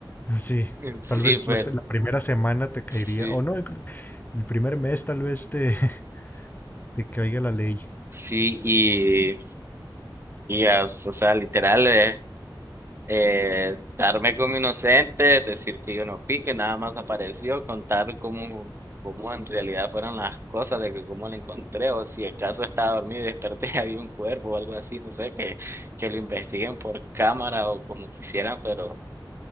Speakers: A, on the left; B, on the right.
A: <laughs> Sí,
B: Sí,
A: tal vez
B: pero
A: los- la primera semana te caería,
B: sí,
A: o no, inclu- el primer mes tal vez te, <laughs> te caiga la ley.
B: sí, y, y ya, o sea, literal, eh, eh, darme como inocente, decir que yo no fui, que nada más apareció, contar cómo, cómo en realidad fueron las cosas, de que cómo lo encontré, o si el caso estaba dormido y desperté <laughs> y había un cuerpo o algo así, no sé, que, que lo investiguen por cámara o como quisieran, pero...